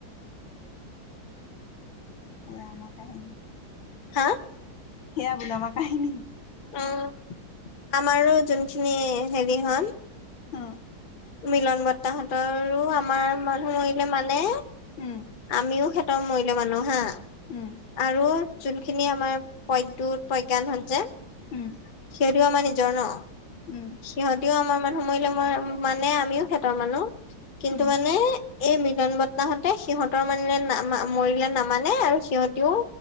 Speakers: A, on the left (about 70°); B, on the left (about 45°).
A: এয়া আমাৰ কাহিনী।
B: হা?
A: সেয়া, বোলে আমাৰ কাহিনী।
B: ওম আমাৰো যোনখিনি হেৰি হল।
A: ওম।
B: মিলন বৰতা হতৰো আমাৰ মানুহ মৰিলে মানে।
A: উম
B: আমিও সেতৰ মৰিল মানো হা।
A: উম
B: আৰু যোনখিনি আমাৰ প্ৰদ্যুত প্ৰজ্ঞানহঁত যে।
A: উম
B: সিঁহতিও আমাৰ নিজৰ ন।
A: উম।
B: সিহঁতিও আমাৰ মানুহ মৰিলে মই মানে আমিও সেহঁতৰ মানুহ কিন্তু
A: উম
B: মানে এই মিলন বৰটাহঁতে সিহঁতৰ মানে না মা মৰিলে নামানে আৰু সিহঁতিও